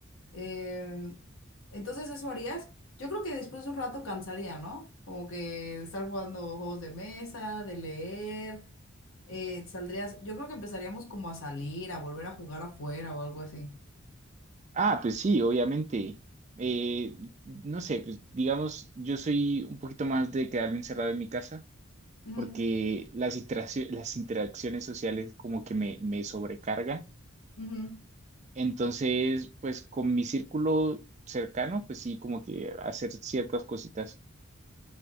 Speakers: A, on the left; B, on the right.
A: Em, entonces, ¿eso harías? Yo creo que después de un rato cansaría, ¿no? Como que estar jugando juegos de mesa, de leer, eh, saldrías, yo creo que empezaríamos como a salir, a volver a jugar afuera o algo así.
B: Ah, pues sí, obviamente. Eh, no sé, pues digamos, yo soy un poquito más de quedarme encerrado en mi casa.
A: Ujú,
B: porque las interaccio- las interacciones sociales como que me, me sobrecarga.
A: ujú,
B: Entonces, pues con mi círculo cercano, pues sí, como que hacer ciertas cositas.